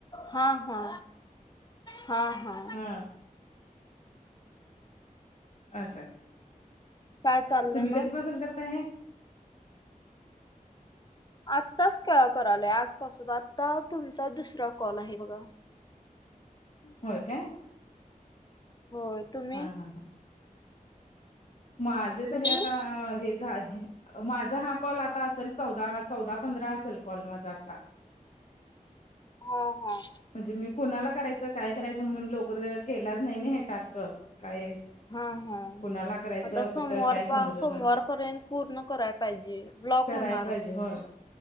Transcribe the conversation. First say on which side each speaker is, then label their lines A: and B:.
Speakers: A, on the left; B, on the left.
A: हा हा हा हा.
B: हा असं.
A: काय चाललंय
B: तुम्ही
A: मग
B: कधी पसून करता आहे.
A: आत्ताच करालय आजपासून आता तुमचा दुसरा कॉल आहे बघा.
B: होय काय
A: होय तुम्ही
B: हा हा हा. माझे
A: तुम्ही
B: तरी आता हे. माझा हा कॉल आता असेल चौदा चौदा पंधरा असेल कॉल माझा आता-
A: हो हो.
B: म्हणजे मी कुणाला करायचं काय करायचं म्हणून लवकर केलाच नाही ना हे टास्क काय?
A: हा हा
B: कुणाला करायचं
A: आता सोमवार
B: कुठं काय समजत
A: पा सोमवारपर्यंत
B: नव्हतं
A: पूर्ण कराय. पाहिजे ब्लॉक
B: कराय
A: होणार
B: पाहिजे
A: हो.
B: होय